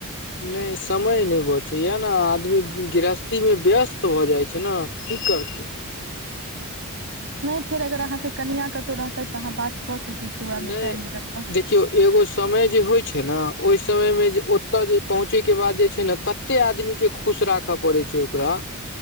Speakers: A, on the left; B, on the right.
A: नहि समय नहि बचैए यए ने आदमी गृहस्थी मे व्यस्त भऽ जाई छै ने की करतै
B: नै फेर अगर अहाँ के कनिआ कतहु रहतै तऽ अहाँ बात क सकै छी वैहा
A: नहि
B: मे टाइम निकल कऽ
A: देखियौ एगो समय जे होई छै ने ओहि समय मे जे ओतऽ जे पहुँचै के बाद जे छै ने कत कते आदमी के खुश राखे पड़े छै ओकरा